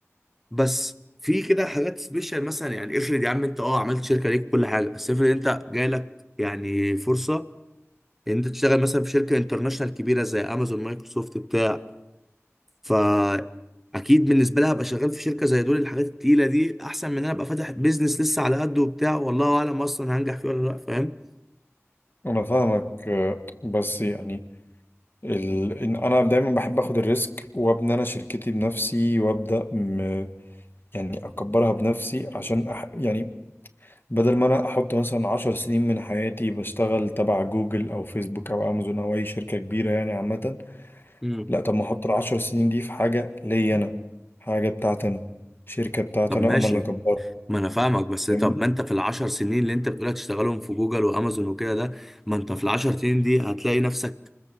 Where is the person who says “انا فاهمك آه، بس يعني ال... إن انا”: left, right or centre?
Left